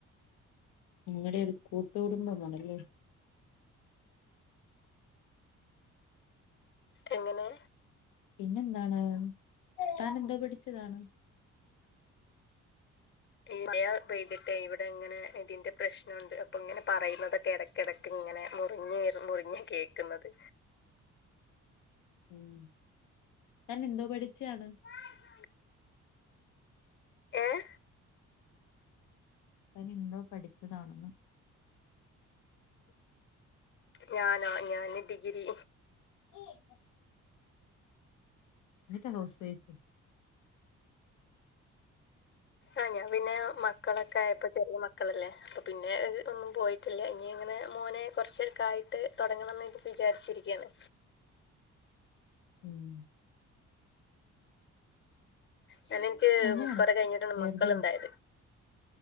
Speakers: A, on the left; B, on the left.
A: നിങ്ങടെ ഒരു കൂട്ടു കുടുംബമാണല്ലേ.
B: എങ്ങനെ.
A: പിന്നെന്താണ് താനെന്തോ പഠിച്ചതാണ്.
B: ഈ മയ പെയ്തിട്ടേ ഇവിടെ ഇങ്ങനെ ഇതിന്റെ പ്രശ്നൊണ്ട് അപ്പൊ ഇങ്ങനെ പറയുന്നതൊക്കെ എടക്ക്‌. കെടക്കിങ്ങനെ മുറിഞ്ഞ് മുറിഞ്ഞാ കേക്കുന്നത്.
A: ഉം താനെന്തോ പഠിച്ചാണ്.
B: <inaudible> ഏഹ്.
A: താനെന്തോ പഠിച്ചതാണെന്ന്.
B: ഞാനോ ഞാന് ഡിഗിരി.
A: <inaudible> ന്ന്ട്ടാ house wife.
B: ആഹ് ഞാം പിന്നെ മക്കളൊക്കെ ആയപ്പോ ചെറിയ മക്കളല്ലേ. അപ്പ പിന്നെ ഒന്നും പോയിട്ടില്ലേ ഇനി അങ്ങനെ മോനെ കൊറച്ചൊക്കായിട്ട് തൊടങ്ങണം ന്ന് വിചാരിച്ചിരിക്ക്യാണ്.
A: ഉം.
B: ഞാനെനിക്ക്
A: നല്ലയാണ്
B: കൊറെ കഴിഞ്ഞിട്ടാണ്
A: വെറുതെ
B: മക്കള് ണ്ടായത്.